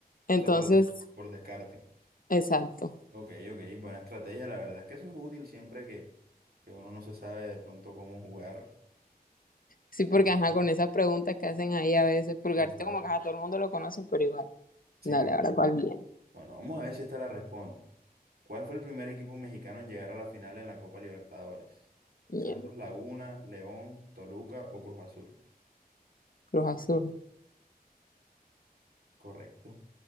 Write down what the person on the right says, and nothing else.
O sea, por, de- por descarte.
Ok, ok. Buena estrategia. La verdad es que eso es útil siempre que, que uno no se sabe de pronto cómo jugar.
<laughs>
Total.
Sí,
total.
Bueno, vamos a ver si esta la responde. ¿Cuál fue el primer equipo mexicano en llegar a la final en la Copa Libertadores?
¿Santos Laguna, León, Toluca o Cruz Azul?
Correcto.